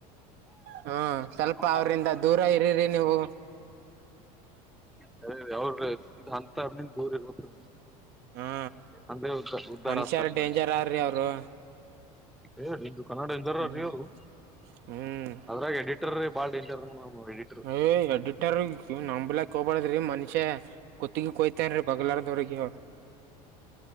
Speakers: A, on the right; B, in the centre.
A: ಹ್ಮ ಸ್ವಲ್ಪ
B: ಹೌದೌದ
A: ಅವ್ರಿಂದ ದೂರ ಇರಿರಿ ನೀವು
B: ಕರೆ ರಿ ಅವ್ರ ಇದ ಅಂತನಿಂದ ದೂರ ಇರ್ಬಬೇಕ್ರಿ ನಾವ್
A: ಹಾ
B: ಅಂದರೆ ಉ ಉದ್ಧಾರ
A: ಮನುಷ್ಯರು
B: ಆಗ್ತಾರ
A: ಡೇಂಜರ್
B: ಮನಷ್ಯ.
A: ಆರ್ರಿ ಅವರು
B: ಎ ಇಂದು ಕನ್ನಡ ಎಂದರಾರಿ
A: ಹ್ಮ್
B: ಅವರು.
A: ಹ್ಮ್
B: ಅದ್ರಾಗ ಎಡಿಟರ್ ಬಾಳ ಡೇಂಜರ್ ನಮ್ ಎಡಿರ್
A: ಎ ಎಡಿಟರ್ಗೆ ಕೆ ನಮ್ಮ್ ನಂಬಲಾಕ ಹೋಗ್ಬಾರದ್ರೀ ಮನುಷ್ಯ ಕತ್ತಿಗೆ ಕೊಯ್ತನ್ರಿ ಬಗಲಾರದವ್ರಗೆ.